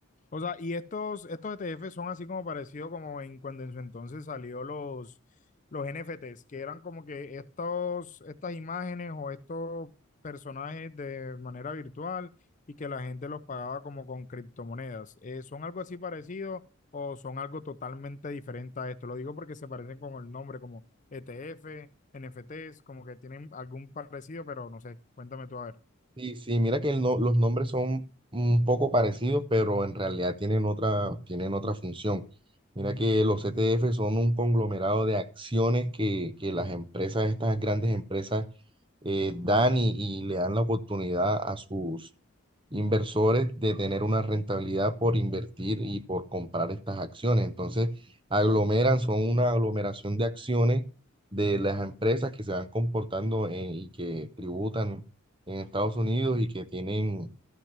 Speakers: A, on the left (about 35°); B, on the right (about 25°).
A: O sea, y estos, estos ETF son así como parecido como en cuando en su entonces salió los, los NFTs, que eran como que estos, estas imágenes o estos personajes de manera virtual y que la gente los pagaba como con criptomonedas. Eh, ¿son algo así parecido o son algo totalmente diferente a esto? Lo digo porque se parecen con el nombre, como ETF, NFTs, como que tienen algún parecido, pero no sé, cuéntame tú a ver.
B: Sí, sí, mira que el no- los nombres son un poco parecidos, pero en realidad tienen otra, tienen otra función. Mira que los ETF son un conglomerado de acciones que, que las empresas, estas grandes empresas, eh, dan y, y le dan la oportunidad a sus, inversores de tener una rentabilidad por invertir y por comprar estas acciones. Entonces, aglomeran, son una aglomeración de acciones de las empresas que se van comportando en- y que tributan en Estados Unidos y que tienen